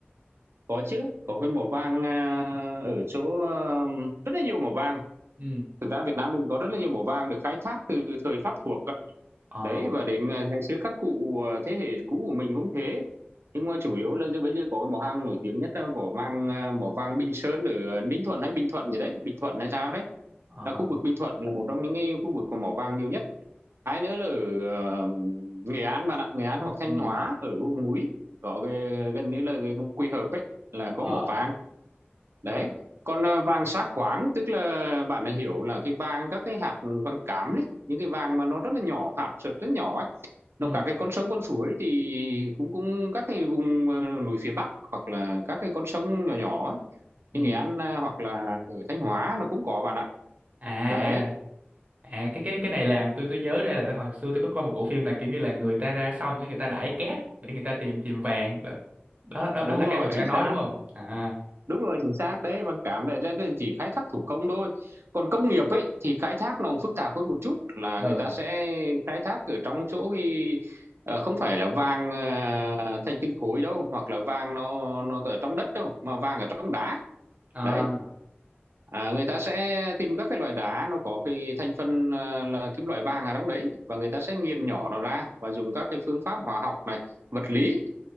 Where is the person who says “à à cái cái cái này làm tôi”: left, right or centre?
Right